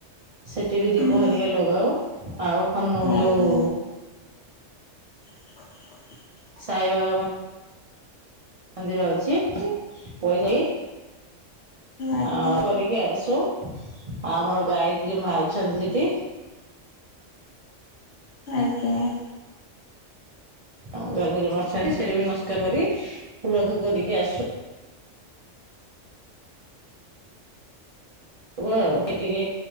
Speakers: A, on the right; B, on the left.
A: ସେଠି ବି ଦୀପ
B: ହୁଁ
A: ହରିକା ଲଗାଉ ଆଉ ହନୁ
B: ଆଜ୍ଞା
A: ଯୋଉ
B: <inaudible>
A: ସାଇବାବା ମ ମନ୍ଦିର ଅଛି ପଇସା
B: ଆଜ୍ଞା
A: ଆଉ କରିକି ଆସୁ। ଆମର ଗାୟତ୍ରୀ ମା ଅଛନ୍ତି ସେଠି।
B: ଆଜ୍ଞା।
A: ଆଉ ଗାୟତ୍ରୀ ମା ଅଛନ୍ତୀ ଆଣି ସେଠି ବି ନମସ୍କାରକରି ଫୁଲ ଧୂପ ଦେଇକି ଆସୁ। ହୁ ଆଉ ଟିକେ